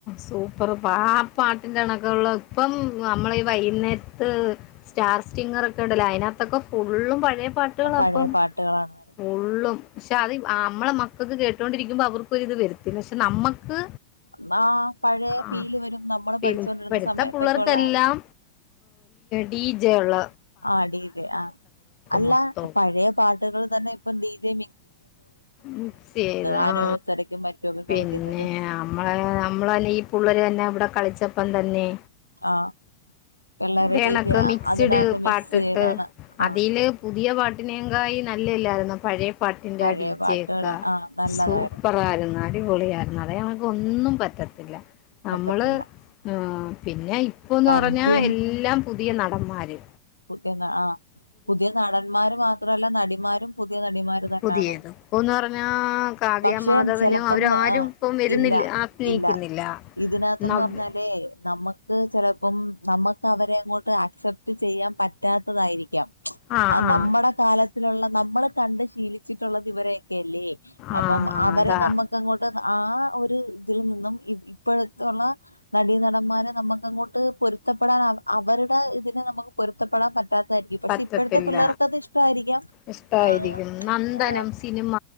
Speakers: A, on the left; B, on the left.
A: സൂപ്പർ പാ ആ പാട്ടിന്റെ കണക്കെ ഒള്ള ഇപ്പം നമ്മളെ ഈ വൈകുന്നേരത്ത് സ്റ്റാർ സ്റ്റിങ്ങർ ഒക്കെ ഉണ്ടല്ലോ അതിനകത്തൊക്കെ ഫുള്ളും പഴയ പാ പാട്ടുകളാ
B: പഴയ
A: ഇപ്പം
B: പാട്ടുകളാണ് വരുന്നത്
A: ഫുള്ളും പക്ഷെ അത് അമ്മളെ മക്കക്ക് കേട്ടോണ്ടിരിക്കുമ്പോ അവർക്കൊരിത് വരുത്തില്ല പക്ഷെ നമ്മക്ക്
B: അന്നാ പഴയ
A: ആഹ്
B: ഫീല് വരും നമ്മള്
A: പിന്നെ
B: പഠിച്ചോണ്ടിരുന്ന
A: ഇപ്പഴത്തെ
B: സമയത്തൊക്കെ
A: പിള്ളേർക്കെല്ലാം
B: ഒള്ള
A: ഡി ജെ യൊള്ള
B: ആഡ് ചെയ്ത് ആ അല്ല
A: മൊത്തവും
B: പഴയ പാ ട്ട്കൾ തന്നെ ഇപ്പ ഡീജേ
A: മിക്സ് ചെയ്ത
B: ആനിവേഴ്സറിക്കും
A: ആ
B: മറ്റുമൊക്കെ
A: പിന്നെ
B: കളിക്കുന്നത്
A: അമ്മള് അമ്മള്ന്നെ ഈ പുള്ളാര് തന്നെ ഇവിടെ കളിച്ച പ്പം തന്നെ
B: ആ പിള്ളേര്
A: ഇത്കണക്കെ
B: ഡി ജെ
A: മിക്സ്ഡ്
B: അതിനകത്ത്
A: പാട്ടിട്ട്
B: മിക്സ് ചെയ്താണ് ആ
A: അതീല് പുതിയ പാട്ടിനേയുംകായി നല്ലേല്ലായിരുന്നോ പഴയ പാട്ടിന്റെ
B: പഴയ
A: ആ ഡിജെ
B: പാട്ടുകള്
A: ഒക്ക
B: ആ നല്ലതായിരുന്നു
A: സൂപ്പർ ആയിരുന്നു അടിപൊളിയായിരുന്നു അതാ ഞാൻപ ഒന്നും പറ്റത്തില്ല നമ്മള്
B: പറ്റത്തില്ല
A: ആ പിന്നെ ഇ പ്പോന്ന്
B: പദ്യം
A: പറഞ്ഞാ എ പുതിയ നടന്മാര്
B: <unintelligible> ആ പുതിയ നടന്മാര് മാത്രല്ല നടിമാരും പുതിയ നടിമാ അതുകൊണ്ടാണ്
A: പുതിയത് എന്ന് പറഞ്ഞാ കാവ്യ
B: പക്ഷെ
A: മാധവനും
B: ചിലപ്പം
A: അവരാരും
B: ആഹ്
A: ഇപ്പം വരുന്നില്ല
B: ഇല്ല
A: അഭിനയിക്കുന്നില്ല
B: ഇല്ല ഇതിനകത്ത് എന്ന്
A: നവ്യ
B: പറഞ്ഞാലേ നമ്മുക്ക് ചിലപ്പം നമ്മുക്ക് അവരെ. അങ്ങോട്ട് ആക്സെപ്റ്റ് ചെയ്യാൻ. പറ്റാത്തതായിരിക്കാം.
A: ആഹ് ആഹ്
B: നമ്മുടെ കാലത്തിലുള്ള നമ്മള് കണ്ട് ശീലിച്ചിട്ടുള്ളത് ഇവരൊക്കെല്ലേ, അപ്പം
A: ആഹ്
B: അവരെ
A: അതാ
B: നമ്മുക്ക് അങ്ങോട്ട്. ആ ഒരു ഇതിൽ നിന്നും ഇപ്പോഴത്തുള്ള നടീ നടന്മാരെ നമുക്ക് അങ്ങോട്ട് പൊരുത്തപ്പെടാൻ അവരുടെ ഇതിനെ നമു പെരുത്തപ്പെട പറ്റാ റ്റാത്തതായിരിക്കും പക്ഷെ
A: പറ്റത്തില്ല
B: ഇപ്പോഴത്തെ പിള്ളേർക്ക് അത് ഇഷ്ടമായിരിക്കാം,
A: ഇഷ്ടായിരിക്കും
B: ആഹ്
A: നന്ദനം സിനിമ